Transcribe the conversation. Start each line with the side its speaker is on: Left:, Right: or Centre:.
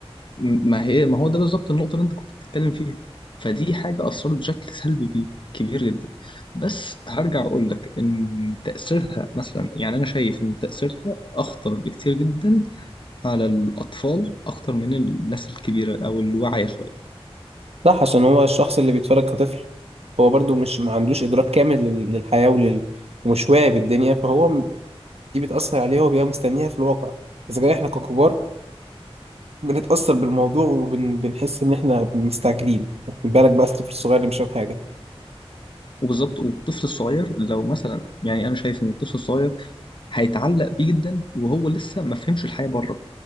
Left: ما هي ما هو ده بالظبط النقطه اللي انت كنت بتتكلم فيها فدي حاجه اثرت بشكل سلبي بي- كبير جدا بس هرجع اقول لك ان تاثيرها مثلا يعني انا شايف ان تاثيرها اخطر بكتير جدا على الاطفال اكتر من الناس الكبيره او الواعيه شويه
Right: صح عشان هو الشخص اللي بيتفرج كطفل هو برضو مش ما عندوش ادراك كامل لل- للحياه ولل ومش واعي بالدنيا فهو دي بتأثر عليه وبيبقى مستنيها في الواقع إذا كان إحنا ككبار بنتأثر بالموضوع وبنحس إن إحنا مستعجلين خد بالك بقى الطفل الصغير اللي مش فاهم حاجة
Left: وبالظبط والطفل الصغير لو مثلا يعني انا شايف ان الطفل الصغير هيتعلق بيه جدا وهو لسه ما فهمش الحياة بره